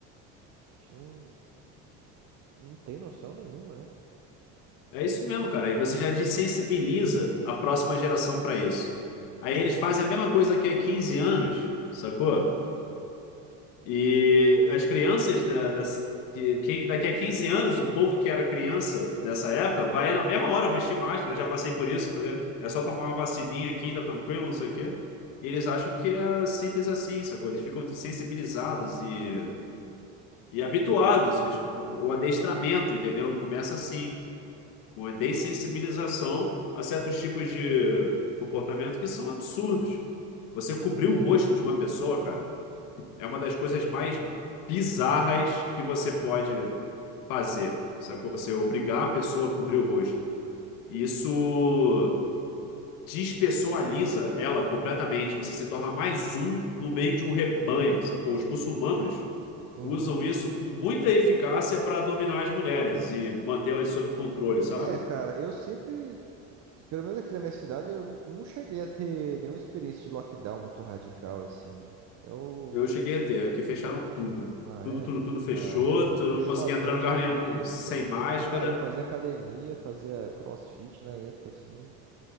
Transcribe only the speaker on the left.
é isso mesmo, cara. Aí você já desensibiliza a próxima geração para isso. Aí eles fazem a mesma coisa que há 15 anos, sacou? E as crianças da, das- que, quem, daqui a 15 anos, o povo que era criança nessa época, vai na mesma hora vestir máscara. eu Já passei por isso, entendeu? É só tomar uma vacininha aqui, tá tranquilo, não sei o quê. E eles acham que é simples assim, sacou? Eles ficam desensibilizados e, e habituados. eles- O adestramento, entendeu? Começa assim, com a dessensibilização a certos tipos de comportamento que são absurdos. Você cobrir o rosto de uma pessoa, cara. É uma das coisas mais bizarras que você pode fazer. Sacou? Você obrigar a pessoa a cobrir o rosto. E isso despessoaliza ela completamente. Você se torna mais um no meio de um rebanho, sacou? Os muçulmanos
usam isso com muita eficácia para dominar as mulheres e mantê-las sob controle, sabe?
Eu cheguei a ter, aqui fecharam tudo.
Tudo,
tudo, tudo fechou.
Tu
não conseguia
entrar em lugar
nenhum com, sem
máscara.